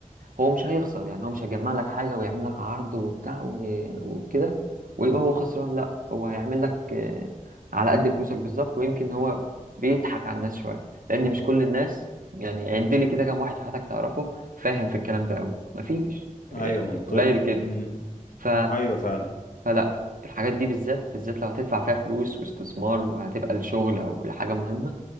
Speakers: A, on the right; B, on the left.
A: هو مش هيخسر يعني هو مش هيجمع لك حاجة ويعمل لك عرض وبتاع و- وكده ويبقى هو خسران لا هو هيعمل لك آه، على قد فلوسك بالظبط ويمكن هو بيضحك على الناس شوية لأن مش كل الناس يعني عد لي كده كام واحد في حياتك تعرفه فاهم في الكلام ده أوي مفيش
B: ايوه
A: يعني
B: منطقي
A: قليل جدا
B: امم
A: ف...
B: ايوه فعلا
A: فلا الحاجات دي بالذات بالذات لو هتدفع فيها فلوس واستثمار وهتبقى لشغل أو لحاجة مهمة